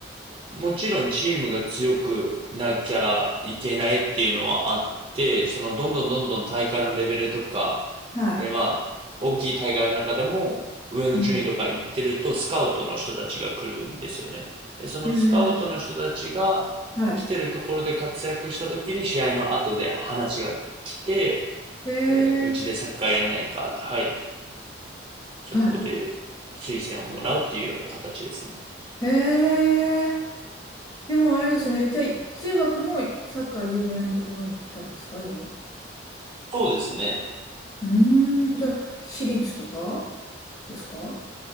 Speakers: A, on the right (about 30°); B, on the left (about 20°).
A: もちろんチームが強くなきゃいけないっていうのはあって、そのどんどんどんどん大会のレベルとか、
B: はい。
A: えーまあ、大きい大会の中でも上の順位とか行ってるとスカウトの人たちが来るんですよね。
B: うん
A: で、そのスカウトの人たちが来てるところで活躍した時に試合の後で話が来て、
B: へえはい。へえ
A: えーうちでサッカーやんないかって、はい、そこで推薦をもらうっていうような形ですね。
B: はい。へえでもあれですね、じゃあ中学もサッカー有名なところに行ったんですかじゃあ。
A: そうですね。
B: うーん、じゃあ私立とかですか